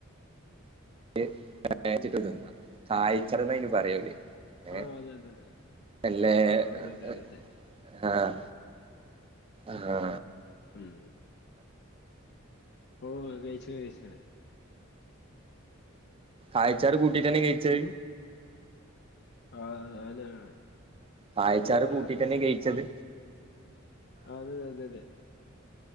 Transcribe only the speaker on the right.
അത് <unintelligible> ച്ചിട്ട് തിന്ന, കായ്ച്ചത് ന്ന് പറയോല്. ഏഹ്
അല്ലേ
<inaudible>
ആഹ്, ആഹ്
ആഴച്ചാറും കുട്ടിട്ടന്നെ കഴിച്ചേ
കായച്ചാറ്
കൂട്ടിട്ടന്നെ കഴിച്ചത്